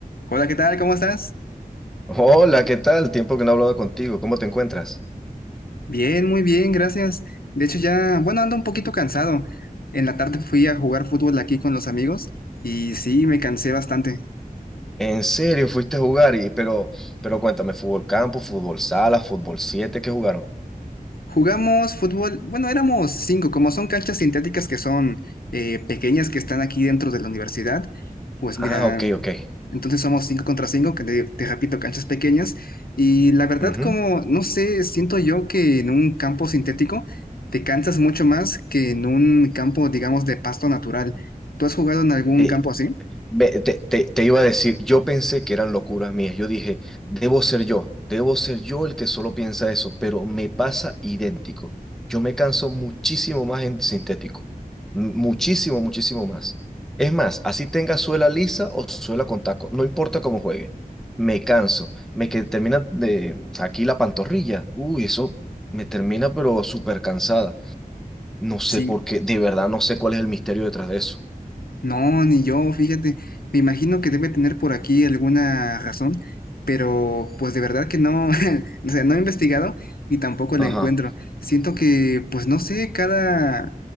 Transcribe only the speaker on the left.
Hola, ¿qué tal? ¿Cómo estás?
Bien, muy bien, gracias. De hecho, ya, bueno, ando un poquito cansado. En la tarde fui a jugar fútbol aquí con los amigos y sí, me cansé bastante.
Jugamos fútbol, bueno, éramos cinco, como son canchas sintéticas que son eh, pequeñas que están aquí dentro de la universidad, pues mira,
em,
entonces somos cinco contra cinco, que te, te repito, canchas pequeñas, y la verdad
como, no sé, siento yo que en un campo sintético te cansas mucho más que en un campo, digamos, de pasto natural. ¿Tú has jugado en algún
campo así?
Sí.
No, ni yo, fíjate, me imagino que debe tener por aquí alguna razón, pero pues de verdad que no, <laughs> o sea, no he investigado y tampoco
la encuentro. Siento que, pues no sé, cada,